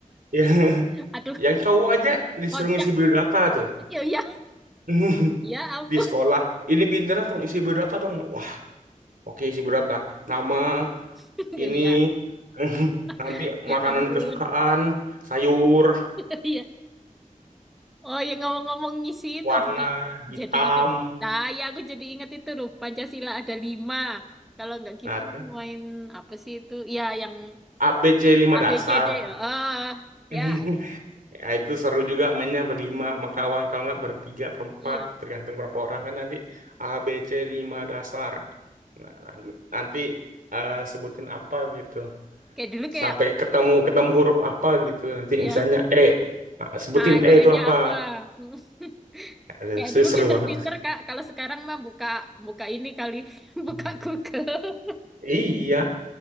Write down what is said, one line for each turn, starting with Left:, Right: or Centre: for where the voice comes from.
Right: <laughs> ya,
Centre: <laughs> aduh
Right: yang cowok aja disuruh
Centre: kocak
Right: ngisi biodata tuh.
Centre: ya ya
Right: <laughs>
Centre: ya ampun
Right: Di sekolah, ini bintangnya tolong isi biodata dong. Wah, oke isi biodata. Nama,
Centre: <laughs> ya
Right: ini,
Centre: ya
Right: <laughs> nanti
Centre: <laughs> ya
Right: makanan
Centre: ampun
Right: kesukaan, sayur,
Centre: <laughs> ya oh ya ngomong-ngomong ngisi itu
Right: warna,
Centre: jadi
Right: hitam.
Centre: jadi inget nah ya aku jadi inget itu loh Pancasila ada lima kalau nggak gitu
Right: Nah, terus
Centre: main apa sih itu ya yang
Right: ABC lima
Centre: a
Right: dasar.
Centre: b c d ya ah
Right: <laughs>
Centre: ya
Right: Ya, itu seru juga mainnya berlima sama kawan. Kalau nggak bertiga, berempat.
Centre: iya
Right: Tergantung berapa orang kan nanti. ABC 5 dasar. Nah, nah, nanti eh, sebutin apa gitu.
Centre: Kayak dulu kayak
Right: Sampai ketemu ketemu huruf apa gitu. Nanti
Centre: ya,
Right: misalnya E. Nah, sebutin
Centre: nah itu
Right: E itu
Centre: E-nya
Right: apa.
Centre: apa? <laughs>
Right: Eh,
Centre: Kayak
Right: se-
Centre: dulu
Right: Seru
Centre: pinter-pinter
Right: banget.
Centre: Kak. Kalau sekarang mah buka buka ini kali, <laughs> buka
Right: Hmm.
Centre: Google. <laughs>
Right: Iya,